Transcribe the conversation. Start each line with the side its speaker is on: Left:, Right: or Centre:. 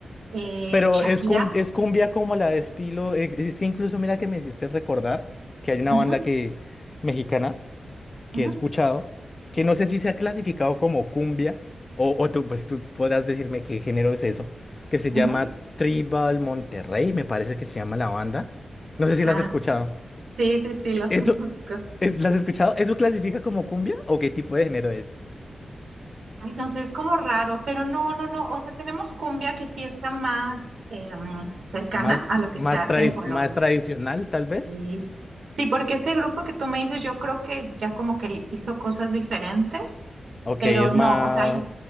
Right: eh,
Left: Pero
Right: Shakira.
Left: es, cum- es cumbia como la de estilo, eh, es que incluso mira que me hiciste recordar que hay una
Right: ujú,
Left: banda que mexicana que
Right: ujú,
Left: he escuchado, que no sé si se ha clasificado como cumbia, o, o tú, pues tú podrás decirme qué género es eso, que se
Right: ujú.
Left: llama Tribal Monterrey, me parece que se llama la banda. No sé si
Right: Ah,
Left: la has escuchado.
Right: sí, sí, sí, los
Left: E- ¿Eso,
Right: <laughs> conozco.
Left: es, la has escuchado? ¿Eso clasifica como cumbia o qué tipo de género es?
Right: Ay, no sé, es como raro, pero no, no, no. O sea, tenemos cumbia que sí está más em, cercana
Left: ¿Más,
Right: a lo que
Left: más,
Right: se hace
Left: tradi-
Right: en Colombia.
Left: más tradicional, tal vez?
Right: Sí, Sí, porque ese grupo que tú me dices, yo creo que ya como que hizo cosas diferentes,
Left: Ok,
Right: pero
Left: es
Right: no,
Left: más,
Right: o sea, hay-